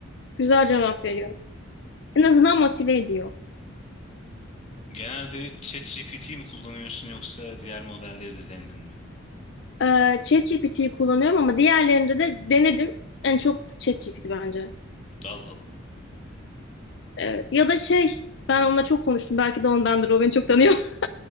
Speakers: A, on the left; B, on the left.
A: Güzel
B: Hadi.
A: cevap
B: be.
A: veriyor. En azından motive ediyor.
B: Genelde ChatGPT mi kullanıyorsun yoksa diğer modelleri de denedin mi?
A: Ee, ChatGPT'yi kullanıyorum ama diğerlerinde de denedim. En çok ChatGPT bence.
B: Allah Allah.
A: Evet. Ya da şey ben onunla çok konuştum. Belki de ondandır. O beni çok tanıyor. <laughs>